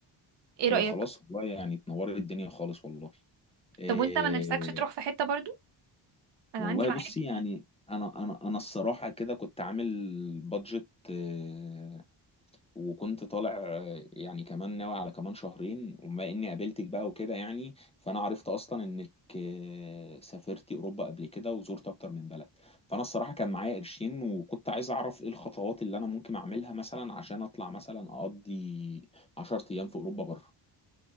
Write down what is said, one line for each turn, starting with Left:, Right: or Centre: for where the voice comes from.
Right: ايه رأيك
Left: هي خلاص والله يعني اتنورت الدنيا خالص والله إيه
Right: طب وانت ما نفسكش تروح في حتة برضو انا
Left: والله
Right: عندي معارف
Left: بصي
Right: كتير
Left: يعني انا انا انا الصراحه كده كنت عامل بادجت إيه وكنت طالع آه، يعني كمان ناوي على كمان شهرين وما اني قابلتك بقى وكده يعني فانا عرفت اصلا انك آه، سافرتي اوروبا قبل كده وزرت اكتر من بلد فانا الصراحه كان معايا قرشين وكنت عايز اعرف ايه الخطوات اللي انا ممكن اعملها مثلا عشان اطلع مثلا اقضي 10 ايام في اوروبا بره